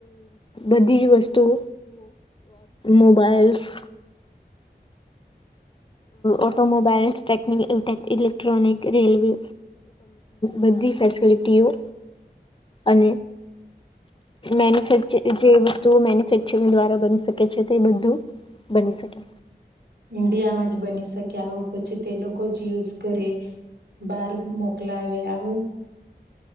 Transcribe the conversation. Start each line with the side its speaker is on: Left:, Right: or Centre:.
Left: બધી જ વસ્તુ mobiles automobile tech electronic railway બધી ફેસિલિટીઓ અને મેન્યુેચ જે વસ્તુઓ મેન્યુફેક્ચરિંગ દ્વારા બની શકે છે તે બધું બની શકે
Right: ઈન્ડિયામાં જ બની શકે આવું પછી તે લોકો જ યુઝ કરે બહાર મોકલાવે આવું